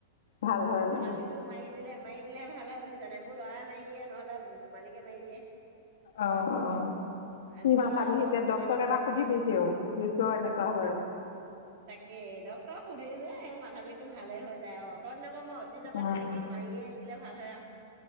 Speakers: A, on the left; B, on the right.
A: ভাল হয়
B: মোৰ
A: বুলি
B: মথা বিষটো মাৰি দিলে মাৰি দিলে ভাল হয় বুলি জানে মোৰ লৰাই মাৰি দিয়ে নহলে মালিকে মাৰি দিয়ে
A: অ অ
B: আজিকালি
A: কি মাথা
B: ল'ৰা
A: বিষ
B: বাৰু
A: এতিয়া
B: সময়ে
A: ডক্টৰক
B: নাপায়
A: এবাৰ সুধিবি কিয় কি কিয় এনেকুৱা
B: উম
A: হয়?
B: তাকে ডক্টৰক সুধিলে এ মাথা বিষতটো ভালে হৈ যায় অত দিনৰ পৰা মই তিজপা
A: অঁ
B: তেনেকে মাৰিয়ে দিলে ভাল হয় আৰু